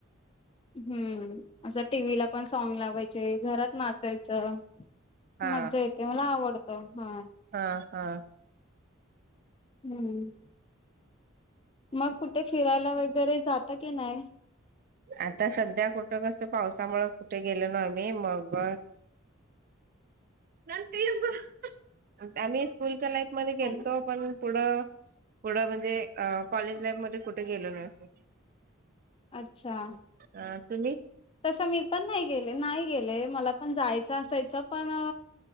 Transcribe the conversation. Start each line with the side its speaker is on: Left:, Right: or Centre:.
Left: हम्म असं टी व्ही ला पण सॉग लावायचे घरात नाचायचं.
Right: हा
Left: मज्जा येते मला आवडत. हा
Right: हा हा
Left: हम्म, मग कुठे फिरायला वगैरे जाता की नाय.
Right: आता सध्या कुठं कसं पावसामुळ कुठ गेलो ना आम्ही मग
Left: <inaudible>
Right: नंतर येऊन कं अ आणीस स्कूलच्या लाईफ मध्ये
Left: हॅलो
Right: गेलतो पण पुढं पुढं म्हणजे अ कॉलेज लाईफ मध्ये कुट कुठ गेलो नाय असंच.
Left: अच्छा
Right: आ तुम्ही
Left: तसं मी पण नाही गेले नाही गेले मला पण जायचं असायचं पण अ